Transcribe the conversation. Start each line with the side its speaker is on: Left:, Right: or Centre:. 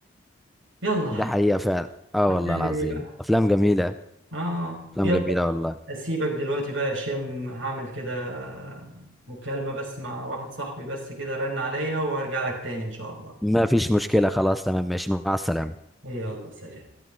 Right: يلا
Centre: ده حقيقه فعلا اه
Right: هنعمل
Centre: والله العظيم
Right: ايه بقى
Centre: افلام جميله
Right: اه
Centre: افلام
Right: يلا
Centre: جميله والله
Right: اسيبك دلوقتي بقى يا هشام هعمل كده مكالمه بس مع واحد صاحبي بس كده رن عليا وهرجع لك تاني ان شاء الله
Centre: ما فيش مشكله خلاص تمام ماشي مع السلامه
Right: يلا سلام